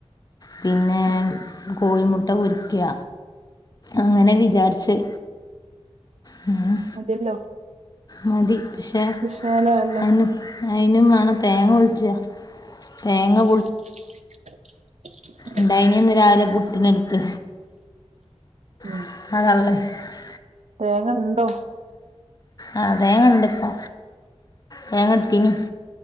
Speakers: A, on the left; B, on the right.
A: പിന്നെ
B: ഉം
A: കോയിമുട്ട പൊരിക്ക. അങ്ങനെ വിചാരിച്ച്. മ്മ്ഹ്.
B: മതീല്ലോ.
A: മതി. പക്ഷെ
B: വിശാലായല്ലോ
A: അയ്ന് അയിനും വേണം തേങ്ങ ഒഴിച്ച. തേങ്ങ
B: <inaudible>
A: ഉണ്ടായിന ഇന്ന് രാവിലെ പുട്ടിനെടുത്ത്.
B: ഉം
A: <unintelligible>
B: തേങ്ങ ഉണ്ടോ?
A: ആ തേങ്ങ ണ്ട്‌പ്പോ, തേങ്ങടുത്തിന്.